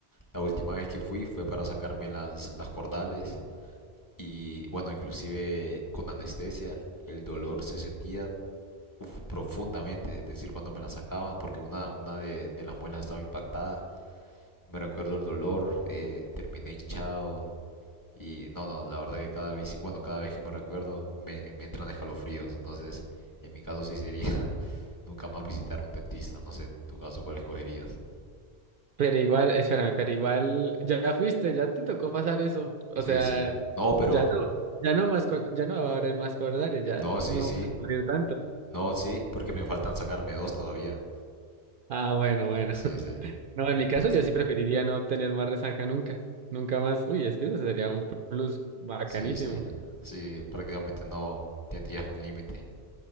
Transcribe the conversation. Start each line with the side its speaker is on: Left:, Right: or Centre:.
Left: la última vez que fui fue para sacarme las, las cordales y bueno, inclusive con anestesia el dolor se sentía uf, profundamente, es decir, cuando me la sacaban porque una, una de, de las muelas estaba impactada me recuerdo el dolor, eh, terminé hinchado y no, no, la verdad que cada vez, bueno, cada vez que me recuerdo me, me entran escalofríos, entonces en mi caso sí sería <laughs> nunca más visitar un dentista, no sé en tu caso cuál escogerías.
Right: Pero igual, espérame, pero igual ya fuiste, ya te tocó pasar eso. O
Left: Sí,
Right: sea,
Left: sí. No, pero
Right: ya no, ya no más, cor- ya no va a haber más cordales, ya
Left: no, sí,
Right: no
Left: sí.
Right: vas a sufrir tanto.
Left: No, sí, porque me faltan sacarme dos todavía.
Right: Ah, bueno, bueno.
Left: Sí,
Right: <laughs>
Left: sí.
Right: No, en
Left: Entonces,
Right: mi caso yo sí preferiría no tener más resaca nunca. Nunca más. Uy, es que eso sería un plus bacanísimo.
Left: sí, sí. Sí, prácticamente no tendrías un límite.